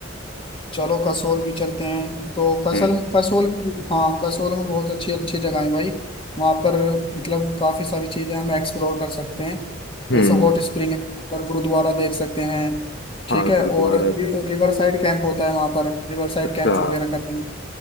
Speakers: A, on the left; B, on the left.
A: चलो कसोल भी चलते हैं तो कसल
B: हम्म
A: कसोल हाँ कसोल में बहुत अच्छी अच्छी जगह है भाई वहाँ पर मतलब काफी सारी चीजें हम एक्सप्लोर कर सकते हैं
B: हम्म
A: जैसे हॉट स्प्रिंग है और गुरुद्वारा देख सकते हैं ठीक
B: हाँ
A: है
B: गुरुद्वारा
A: और रिवर साइड कैंप होता है वहाँ पर रिवर साइड
B: अच्छा
A: कैंप वगैरह करते हैं